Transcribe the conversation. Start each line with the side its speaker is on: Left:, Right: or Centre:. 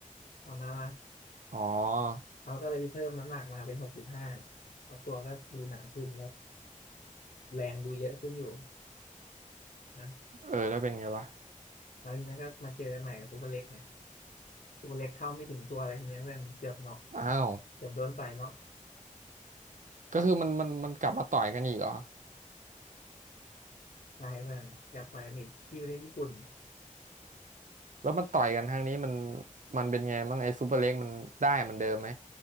Left: ตอนนั้นนะ
Right: อ๋อ
Left: เขาก็เลยไปเพิ่มน้ำหนักมาเป็นหกสิบห้าตัวก็ดูหนาขึ้นแล้วแรงดูเยอะขึ้นอยู่นะ
Right: เออแล้วเป็นไงวะ
Left: แล้วทีนี้ก็มาเจอกันใหม่กับซูเปอร์เล็กนะซูเปอร์เล็กเข้าไม่ถึงตัวอะไรทีนี้เพื่อนเกือบน็อก
Right: อ้าว
Left: เกือบโดนต่อยน็อก
Right: ก็คือมันมันมันกลับมาต่อยกันอีกเหรอ
Left: ตายเพื่อนเกือบต่อยกันีกที่ประเทศญี่ปุ่น
Right: แล้วมันต่อยกันครั้งนี้มันมันเป็นไงบ้างไอ้ซูเปอร์เล็กมันได้เหมันเดิมไหม